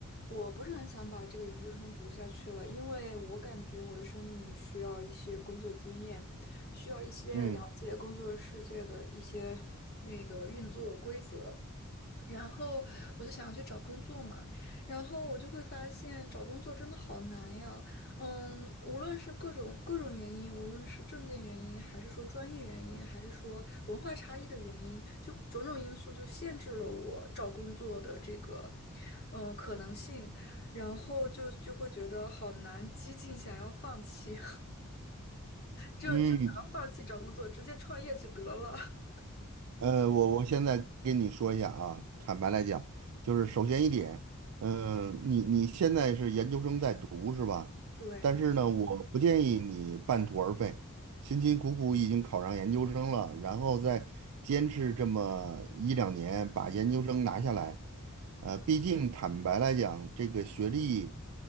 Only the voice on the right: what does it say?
嗯
嗯，
呃，我我现在跟你说一下啊，坦白来讲，就是首先一点，嗯、你你现在是研究生在读是吧？
但是呢，我不建议你半途而废，辛辛苦苦已经考上研究生了，然后再坚持这么一两年把研究生拿下来，呃，毕竟坦白来讲，这个学历